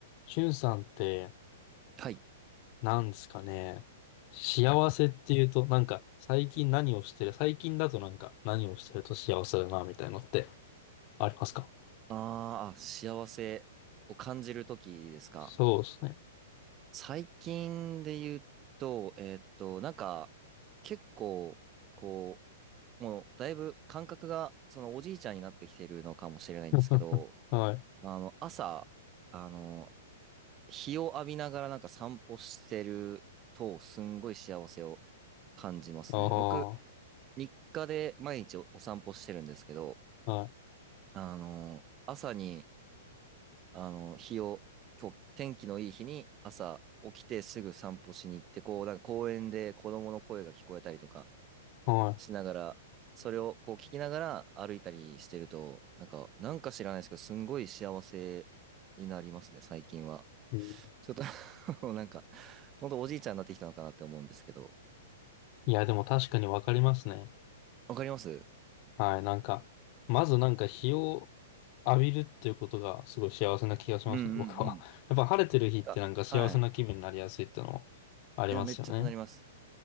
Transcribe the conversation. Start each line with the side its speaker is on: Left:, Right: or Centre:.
Left: しゅんさんって、
Right: はい。
Left: なんですかね。幸せっていうと、なんか、最近何をしてる、最近だとなんか、何をしてると幸せだな、みたいなのってありますか
Right: あーあ、幸せを感じるときですか。
Left: そうですね。
Right: 最近で言うと、えーっと、なんか、結構、こう、もう、だいぶ感覚が、その、おじいちゃんになってきてるのかもしれないんですけど、
Left: <laughs> はい。
Right: まあの、朝、あの、日を浴びながらなんか散歩してると、すんごい幸せを感じますね。
Left: ああ、
Right: 僕、
Left: は
Right: 日課で毎日お、お散歩してるんですけど、
Left: い。
Right: あの、朝に、あの、日を、今日天気のいい日に朝起きてすぐ散歩しに行って、こう、なんか公園で子供の声が聞こえたりとか
Left: は
Right: しながら、それをこう聞きながら歩いたりしてると、なんか、なんか知らないですけど、すんごい幸せになりますね、最近は。
Left: い。うん
Right: ちょっと <laughs> もうなんか、ほんとおじいちゃんになってきたのかなって思うんですけど、
Left: いや、でも確かにわかりますね。
Right: わかります
Left: はい。なんか、まずなんか日を浴びるっていうことがすごい幸せな気がしますね、
Right: うんうんうん。
Left: 僕は。<laughs> やっぱ晴れてる日ってなんか幸せな気分になりやすいってのもありますよね。
Right: なんか、はい。いや、めっちゃなります。